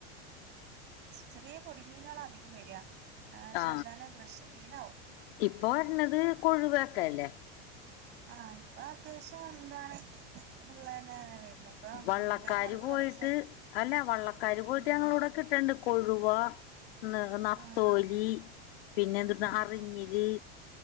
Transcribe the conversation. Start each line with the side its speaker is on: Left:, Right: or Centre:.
Right: ചെറിയ പൊടി മീനാള അധ വരാ പക്ഷെ
Left: ആ
Right: എന്താണ് ഫ്രഷ് മീനാവും
Left: ഇപ്പൊ വെര്ണത് കൊഴുവക്കല്ലേ
Right: ആ ഇപ്പൊ അത്യാവശ്യം എന്താണ് ഇതുള്ള തന്നെയാണ് വരുന്നെ ഇപ്പൊ
Left: വള്ളക്കാര്
Right: മീൻകാരൻ വന്നിട്ട്
Left: പോയിട്ട്
Right: കൊറേ ദിവസായി
Left: അല്ല വള്ളക്കാര് പോയിട്ട്
Right: ഉം
Left: ഞങ്ങളവിടെ കിട്ടണുണ്ട് കൊഴു ഴുവാ ന നത്തോലി
Right: ആഹ്
Left: പിന്നെന്തൂട്ട
Right: ആഹ്
Left: അറിഞ്ഞില്